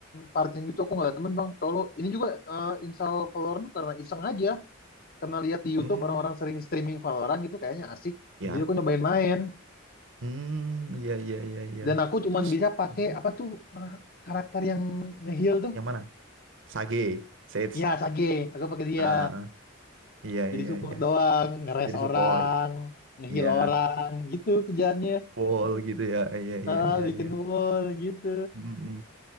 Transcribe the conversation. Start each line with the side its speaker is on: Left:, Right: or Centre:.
Left: partian gitu aku nggak ada temen bang, solo. Ini juga eh, install Valorant tuh karena iseng aja, karena lihat di YouTube
Right: Hmm.
Left: orang-orang sering streaming Valorant gitu kayaknya asik.
Right: Ya,
Left: Jadi aku nyobain main,
Right: Hmm, iya iya iya iya.
Left: dan aku cuman
Right: Terus
Left: bisa pakai
Right: Hmm.
Left: apa tuh eh, karakter yang nge heal tuh.
Right: yang mana? Sage, Sage.
Left: Ya Sage, aku pakai dia.
Right: Ah, ah, ah. iya
Left: Jadi
Right: iya
Left: support
Right: iya.
Left: doang,
Right: Ah,
Left: ngeres
Right: Jadi
Left: orang,
Right: support.
Left: nge
Right: Iya.
Left: heal orang gitu kerjaannya.
Right: Wall gitu ya. Iya
Left: Ah,
Right: iya iya
Left: bikin
Right: iya.
Left: wall gitu.
Right: Mm-mm.